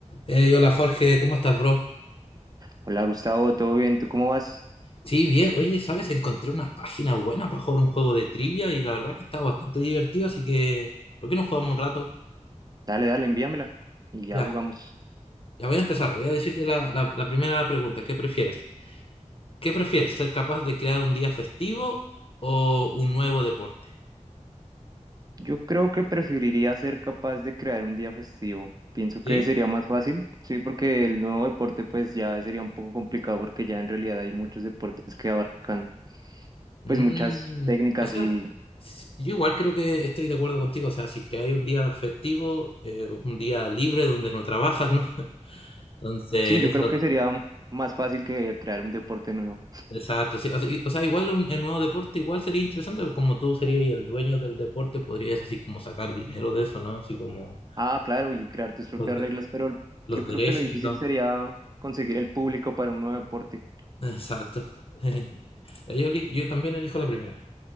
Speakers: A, on the left (about 50°); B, on the right (about 30°).
A: Hey, hola Jorge, ¿cómo estás, bro?
B: Hola Gustavo, ¿todo bien? ¿Tú cómo vas?
A: Sí, bien. Oye, ¿sabes? Encontré una página buena para jugar un juego de trivia y la verdad que está bastante divertido, así que, ¿por qué no jugamos un rato?
B: Dale, dale, envíamela y ya
A: Ya,
B: jugamos.
A: ya voy a empezar. Voy a decirte la, la- la primera pregunta. ¿Qué prefieres? ¿Qué prefieres? ¿Ser capaz de crear un día festivo o un nuevo deporte?
B: Yo creo que preferiría ser capaz de crear un día festivo. Pienso que
A: ¿Sí?
B: sería más fácil, sí, porque el nuevo deporte pues ya sería un poco complicado porque ya en realidad hay muchos deportes que abarcan
A: Mm,
B: pues muchas técnicas
A: o sea,
B: y
A: s- yo igual creo que estoy de acuerdo contigo. O sea, si creáis un día festivo, eh, un día libre donde no trabajas, ¿no? <laughs> Entonces,
B: sí, yo
A: eso.
B: creo que sería más fácil que crear un deporte nuevo.
A: Exacto, sí. O sea, y- o sea, igual un, en nuevo deporte, igual sería interesante, porque como tú serías el dueño del deporte, podrías así como sacar dinero de eso, ¿no? Así como
B: Ah, claro, y crear tus propias
A: los, de-
B: reglas, pero
A: los
B: yo
A: derechos
B: creo que lo difícil
A: y todo.
B: sería conseguir el público para un nuevo deporte.
A: Exacto. <laughs> Ya Yo, li- yo también elijo la primera.